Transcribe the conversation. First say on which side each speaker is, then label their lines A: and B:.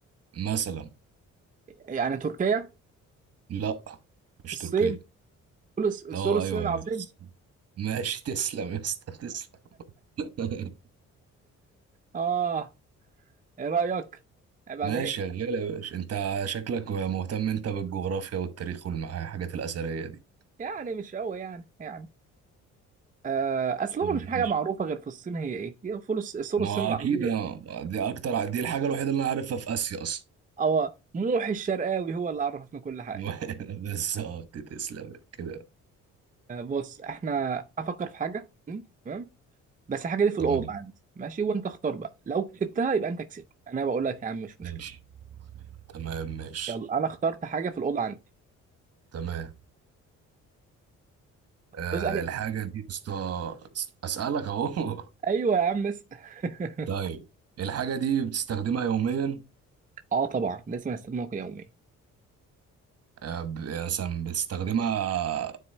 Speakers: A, on the right; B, on the right.
A: مثلا
B: يعني تركيا؟
A: لا مش
B: الصين؟
A: تركيا
B: سور الص- سور
A: اه
B: الصين
A: ايوه
B: العظيم؟
A: يا بس ماشي تسلم يا اسطى تسلم <laughs>
B: آه إيه رأيك؟ عيب
A: ماشي
B: عليك
A: شغال يا باشا انت شكلك مهتم انت بالجغرافيا والتاريخ والحاجات الاثريه دي
B: يعني مش قوي يعني يعني آه أصل هو
A: طب
B: مش
A: ماشي
B: حاجة معروفة غير في الصين هي إيه؟ هي فول الص- سور
A: ما
B: الصين العظيم
A: اكيد أنا- دي اكتر دي الحاجه الوحيده اللي انا عارفها في اسيا اصلا
B: هو موحي الشرقاوي هو اللي عرفنا كل حاجة
A: <laughs> بالظبط تسلم كده
B: آه، بص احنا افكر في حاجة م؟ تمام بس الحاجة دي في
A: تمام
B: الأوضة عندي ماشي وانت اختار بقى لو كسبتها يبقى انت كسبت انا بقول لك يا عم مش مشكلة
A: ماشي تمام ماشي
B: يلا انا اخترت حاجة في الأوضة عندي
A: تمام آه
B: اسأل يا-
A: الحاجه دي يا اسطى اسالك اهو
B: ايوه يا عم اسأل <laughs>
A: <laughs> طيب الحاجه دي بتستخدمها يوميا
B: اه طبعا لازم استخدمك يوميا
A: آه، ب- يعني مثلا بتستخدمها